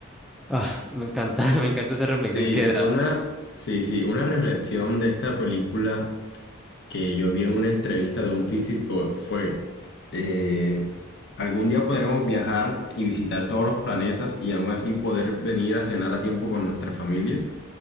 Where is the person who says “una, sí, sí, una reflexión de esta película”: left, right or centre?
Left